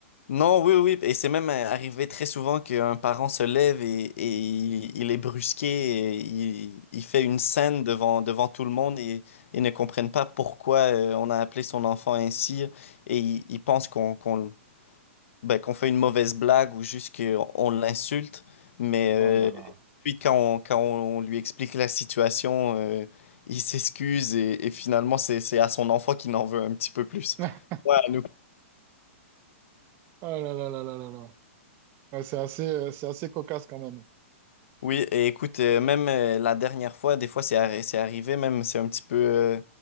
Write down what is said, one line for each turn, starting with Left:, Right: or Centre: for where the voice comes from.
Left: Non, oui, oui, et c'est même euh, arrivé très souvent qu'un parent se lève et, et il, il est brusqué, et il, il fait une scène devant, devant tout le monde et, et ne comprennent pas pourquoi euh, on a appelé son enfant ainsi et ils ils pensent qu'on qu'on- ben, qu'on fait une mauvaise blague ou juste qu'on l'insulte, mais
Right: Oh là là.
Left: euh, puis quand on, quand on lui explique la situation, euh, il s'excuse et, et finalement c'est, c'est à son enfant qu'il en veut un petit peu plus.
Right: <laughs>
Left: Ouais, à nous.
Right: Oh là là là là là là. Ouais, c'est assez, euh, c'est assez cocasse quand même.
Left: Oui, et écoute, euh, même euh, la dernière fois, des fois c'est arri- c'est arrivé, même c'est un petit peu, euh,